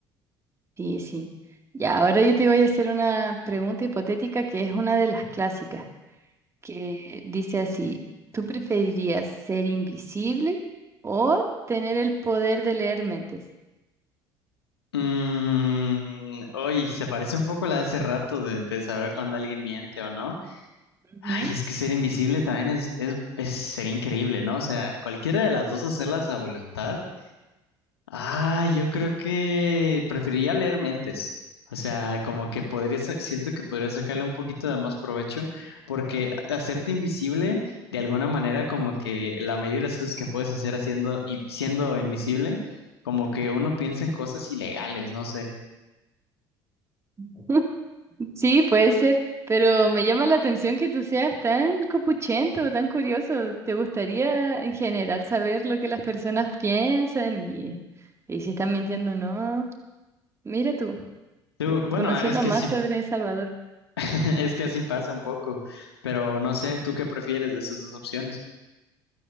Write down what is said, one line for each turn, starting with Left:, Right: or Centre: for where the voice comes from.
Right: Sí, sí. Ya, ahora yo te voy a hacer una pregunta hipotética que es una de las clásicas, que dice así, ¿tú preferirías ser invisible o tener el poder de leer mentes?
Left: Mmm, oye, se parece un poco a la de hace rato de, de saber cuando alguien miente o no.
Right: Ujú.
Left: Ay, es que ser invisible también es, es, es- sería increíble, ¿no? O sea, cualquiera de las dos hacerlas a voluntad. Ay, yo creo que preferiría leer mentes. O sea, como que podría, sa- siento que podría sacarle un poquito de más provecho, porque hacerte invisible, de alguna manera, como que la mayoría de las cosas que puedes hacer haciendo, y- siendo invisible, como que uno piensa en cosas ilegales, no sé.
Right: <laughs> Sí, puede ser, pero me llama la atención que tú seas tan copuchento, tan curioso. ¿Te gustaría en general saber lo que las personas piensan y, y si están mintiendo o no? Mira tú,
Left: Tú-
Right: ya-
Left: bueno,
Right: conociendo
Left: ah, es que
Right: más
Left: sí,
Right: sobre El Salvador,
Left: <laughs> es que así pasa un poco, pero no sé, ¿tú qué prefieres de esas dos opciones?